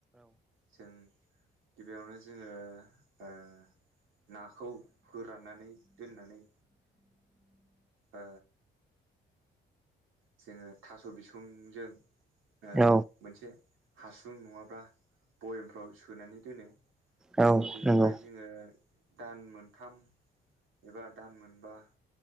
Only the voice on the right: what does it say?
जों गिबियावनो जोङो ओ नाखौ फोराननानै दोननानै ओ जोङो थास' बिसंजों ओ
मोनसे हासुं नङाब्ला भयेमफ्राव सोनानै दोनो
बेनिफ्राय जोङो दान मोनथाम एबा दान मोनबा